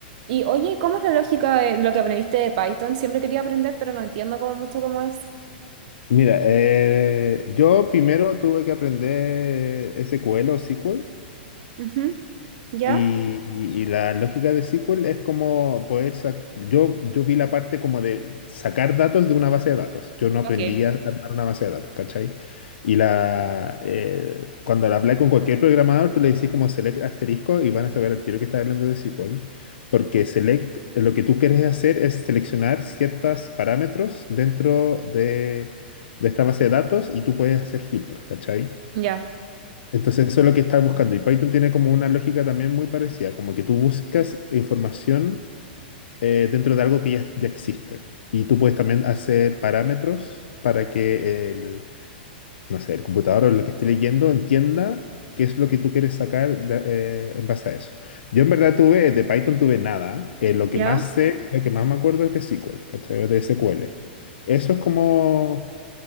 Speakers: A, on the right; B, on the left.
A: Y oye, ¿cómo es la lógica de lo que aprendiste de Python? Siempre quería aprender, pero no entiendo como mucho cómo es.
B: Mira, eh, yo primero tuve que aprender SQL o SQL.
A: Ujú, ¿Ya?
B: Y, y- y la lógica de SQL es como poder sacar, yo, yo vi la parte como de sacar datos de una base de datos. Yo no aprendí
A: Ok.
B: a armar una base de datos, ¿cachai? Y la, eh, cuando la hablé con cualquier programador, tú le decís como select asterisco y van a saber al tiro que está hablando de SQL. Porque select, eh, lo que tú quieres hacer es seleccionar ciertos parámetros dentro de, de esta base de datos y tú puedes hacer filtros, ¿cachai?
A: Ya.
B: Entonces eso es lo que estás buscando. Y Python tiene como una lógica también muy parecida, como que tú buscas información eh, dentro de algo que ya, ya existe. Y tú puedes también hacer parámetros para que el, no sé, el computador o lo que esté leyendo entienda qué es lo que tú quieres sacar de- eh, en base a eso. Yo en verdad tuve, de Python tuve nada. Eh, lo que
A: ¿Ya?
B: más sé, lo que más me acuerdo es de SQL, ¿cachai? De SQL. Eso es como